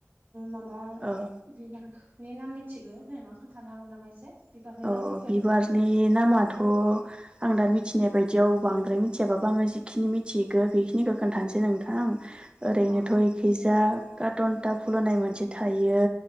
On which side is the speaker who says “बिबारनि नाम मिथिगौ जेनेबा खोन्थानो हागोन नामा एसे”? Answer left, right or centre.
Right